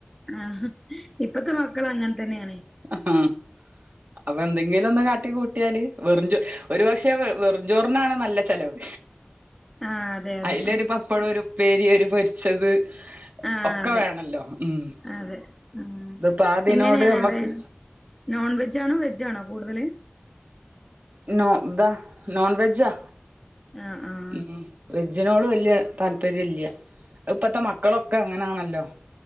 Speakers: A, in the centre; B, on the right.
A: ആഹ ഇപ്പത്തെ മക്കൾ അങ്ങനെ തന്നെയാണ്
B: ആഹ് അപ്പൊ എന്തെങ്കിലും ഒന്ന് കാട്ടി കൂട്ടിയാല് വെറുചോ ഒരു പക്ഷെ വെറുചോറിനാണ് നല്ല ചെിലവ്
A: ആ അതെ അതെ
B: അതിലൊരു പപ്പടം ഒരു ഉപ്പേരി ഒര് പൊരിച്ചത്
A: ആഹ്
B: ഒക്കെ
A: അതെ
B: വേണല്ലോ ഉം
A: അതെ ഉം
B: അതിപ്പോ അതിനോട്
A: എങ്ങനെയാണ്
B: മ്മക്ക്
A: അവിടെ നോൺ വെജണോ വെജണോ കൂടുതല്
B: നോ ഇതാ നോൺ വെജാ
A: ആഹ് ആഹ്
B: ഉ വെജിനോട് വല്യ താല്പര്യം ഇല്ല ഇപ്പത്തെ മക്കളൊക്കെ അങ്ങനെയാണല്ലോ